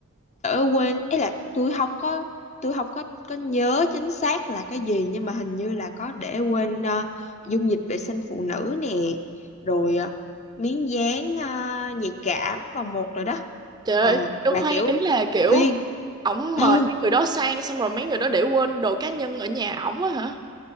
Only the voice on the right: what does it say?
trời ơi
đâu
khoan
ý là kiểu
ổng
mời mấy người đó sang xong rồi mấy người đó để quên đồ cá nhân ở nhà ổng á hả